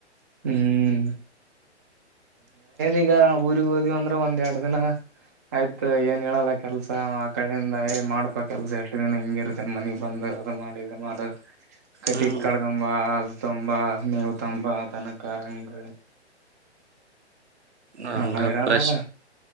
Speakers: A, on the right; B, on the right.
A: ಹ್ಮ್ ಈಗ ಊ ೋದಿವವಿ ಅಂದ್ರೆ ಒಂದ್ ಎರ ದಿನ ಆಯ್ತ ಏನ್ ಹೇಳಲ್ಲ ಕೆಲ್ಸ ಆ ಕಡೆಯಿಂದ ಏ ಮಾಡ್ಪಾ ಕೆಲ್ಸ ಎಷ್ಟ ದಿನ ಹಿಂಗ ಇರ್ತೇನ್ ಮನಗ್ ಬಂದ ಅದು ಮಾಡಿ ಇದು ಮಾಡ ಕಟ್ಟಗ್
B: ಹ್ಮ್
A: ಕಡ್ಗಂಬ ಅದು ತಂಬ ಮೇವ ತಂಬ ತನಕ ಹಂಗ
B: ಹ ಹಂಗ
A: ಎಲ್ಲ ಹೈರಾಣ
B: ಫ್ರೆಶ್
A: ಅದ